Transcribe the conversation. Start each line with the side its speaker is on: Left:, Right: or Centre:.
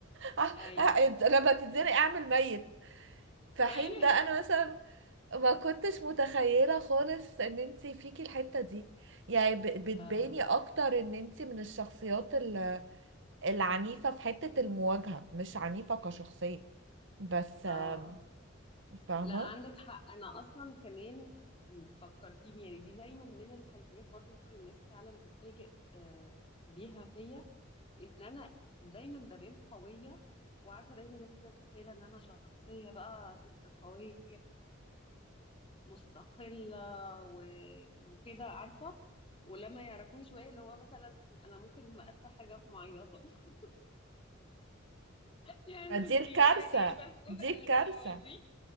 Right: ف-
Left: ايوه ايوه
Right: لما تتزنق أعمل ميت في حين
Left: ايوه
Right: ده أنا مثلا ما كنتش متخيلة خالص إن انتي فيكي الحتة دي يعني ب- بتباني
Left: اه
Right: أكتر إن انتي من الشخصيات ال- العنيفة في حتة المواجهة مش عنيفة كشخصية بس آم،
Left: اه اه
Right: فاهمة
Left: لا عندك حق انا اصلا كمان فكرتيني يعني دي دايما من الحاجات برضو اللي الناس فعلا بتتفاجئ آه، بيها فيا ان انا دايما ببان قويه وعارفه دايما الناس كده متخيله ان انا شخصيه بقى ست قويه ومستقله و... وكده عارفه ولما يعرفوني شويه اللي هو مثلا انا ممكن ما ادفع حاجه اروح معيطه <laughs> يا ياسمين
Right: فدي الكارثة
Left: في ايه ايه البسكوته
Right: دي
Left: اللي
Right: الكارثة
Left: جوه دي